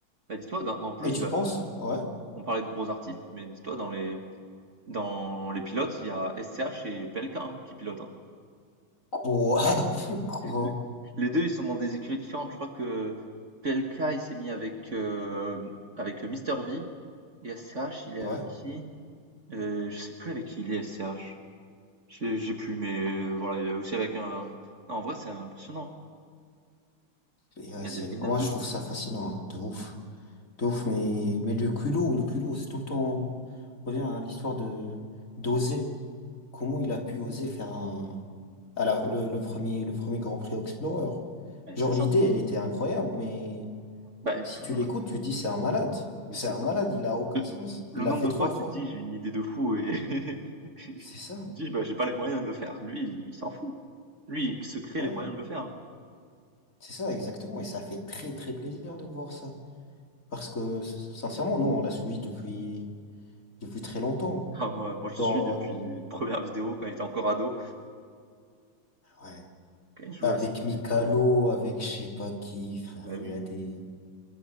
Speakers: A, on the right (about 35°); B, on the left (about 40°).
A: Bah, dis-toi, dans- en plus,
B: Et tu
A: bah,
B: penses? Ouais.
A: on parlait de gros artistes, mais dis-toi, dans les, dans les pilotes, il y a SCH et PLK hein, qui pilotent. hein.
B: Quoi? <laughs> Quoi?
A: <laughs> Les deux, ils sont dans des écuries différentes. Je crois que PLK, il s'est mis avec, euh, avec Mister V, et SCH, il est
B: Ouais.
A: avec qui? Heu, je sais plus avec qui il est SCH. J'ai j'ai plus, mais heu, voilà, il est aussi avec un non, en vrai, c'est impressionnant,
B: Et, ouais,
A: hein. Il y a
B: c'est,
A: des line-up
B: moi,
A: de
B: je
A: fou.
B: trouve ça fascinant, hein, de ouf. de ouf, mais, mais le culot, le culot, c'est tout le temps, on revient à l'histoire de, d'oser. Comment il a pu oser faire un, à la- le, le premier, le premier Grand Prix Explorer?
A: Beh,
B: Genre,
A: c'est ça.
B: l'idée, elle était incroyable, mais
A: Bah, <laughs>
B: si tu l'écoutes, tu dis, c'est un malade.
A: mais
B: C'est
A: c'est
B: un
A: ça.
B: malade, il a aucun
A: Le
B: sens.
A: le
B: Il l'a
A: nombre
B: fait
A: de
B: trois
A: fois que
B: fois.
A: tu te dis: «J'ai une idée de fou» et <laughs>
B: C'est ça.
A: tu te dis: «Bah, j'ai pas les moyens de le faire». Lui, il s'en fout. Lui, il se crée
B: Ouais.
A: les moyens de le faire.
B: C'est ça, exactement. Et ça fait très, très plaisir de voir ça. Parce que, s- sincèrement, nous, on l'a suivi depuis, depuis très longtemps.
A: Ah moi moi je le
B: Genre,
A: suis depuis
B: euh,
A: première vidéo quand il était encore ado,
B: ouais.
A: quand il jouait
B: Avec
A: à ces
B: Mikalo,
A: jeux vidéo,
B: avec je sais pas qui, frère,
A: bah,
B: il
A: oui.
B: y a des...